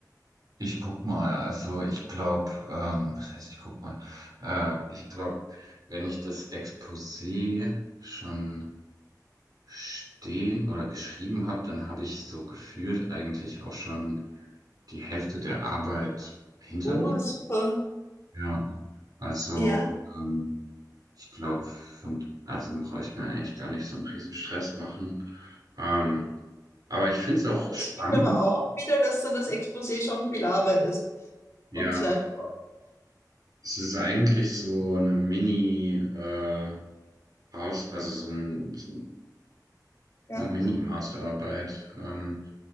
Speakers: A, on the right; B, on the left.
A: Ich guck mal, also ich glaube, ähm, was heißt ich guck mal? Äh, ich glaube, wenn ich das Exposé schon stehen oder geschrieben habe, dann habe ich so gefühlt eigentlich auch schon die Hälfte der Arbeit hinter
B: Oh,
A: mir.
B: super.
A: Ja, also
B: Ja,
A: ähm, ich glaube, von, also brauche ich mir eigentlich gar nicht so einen riesen Stress machen. Ähm, aber ich finde es auch
B: Es
A: spannend.
B: stimmt aber auch wieder, dass dann das Exposé schon viel Arbeit ist
A: Ja,
B: und Zeit braucht.
A: es ist eigentlich so eine Mini, äh, Aus, also so, ein, so
B: ja,
A: eine Mini-Masterarbeit, ähm,